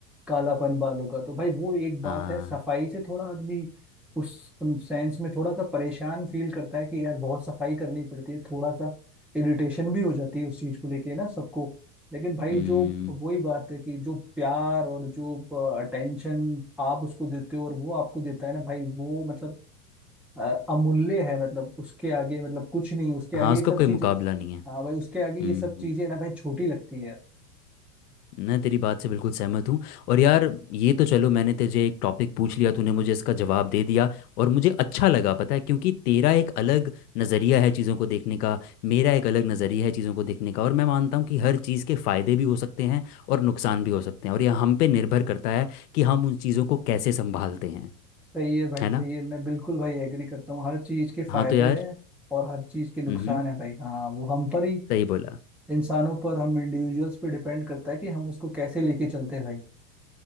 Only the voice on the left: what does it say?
हाँ
हम्म,
हाँ,
उसका
कोई
मुकाबला नहीं है
हम्म
मैं तेरी बात से बिल्कुल सहमत हूँ और यार ये तो चलो मैंने तुझे एक टॉपिक पूछ लिया तूने मुझे इसका जवाब दे दिया और मुझे अच्छा लगा पता है क्योंकि तेरा एक अलग नज़रिया है चीज़ों को देखने का मेरा एक अलग नज़रिया है चीज़ों को देखने का और मैं मानता हूँ कि हर चीज़ के फ़ायदे भी हो सकते हैं और नुकसान भी हो सकते हैं और यह हम पे निर्भर करता है कि हम उन चीज़ों को कैसे संभालते हैं
है ना
हाँ तो यार
हम्म
सही बोला